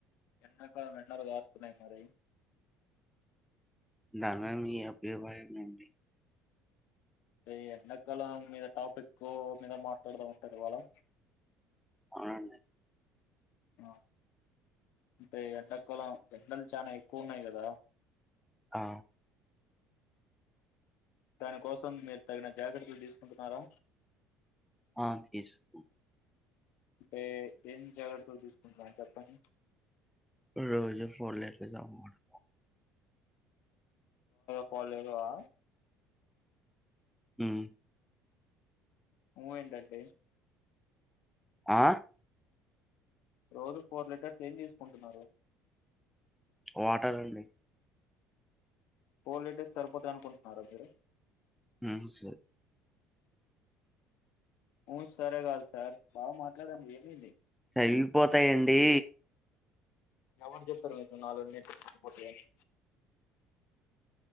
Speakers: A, on the left; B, in the centre.
A: ఎండాకాలం ఎండాలు కాస్తున్నాయి మరి
B: దాని మీద మీ అభ్యుబాయం ఏంటి
A: ఏ ఎండాకాలం మీద టాపిక్ మీద మాట్లాడదమంతటివలా
B: అవునండి
A: ఆ అంటే ఎడాకాలం ఎండలు చానా ఎక్కువ ఉన్నాయి కదా
B: ఆ
A: దాని కోసం మీరు తగిన జాగ్రత్తలు తీసుకుంటున్నారా
B: అ తీసుకు
A: అంటే ఏం జాగ్రత్తలు తీసుకుంటున్నారు చెప్పండి
B: <unintelligible>
A: పో లెగవా
B: ఉం
A: ఊ ఎంటండి
B: ఆ
A: రోజు ఫోర్ లీటర్స్ ఏం తీసుకుంటున్నారు
B: వాటర్ అండి
A: ఫోర్ లిటర్స్ సరిపోతాయి అనుకుంటున్నారా మీరు
B: ఉం స
A: ఉం సరే కాదు సార్ బాగా మాట్లాడండి ఏమైంది
B: తగిలిపోతాయండి
A: ఎవరు చెప్తారు మీకు నాలుగు లిటర్లు సరిపోతాయాని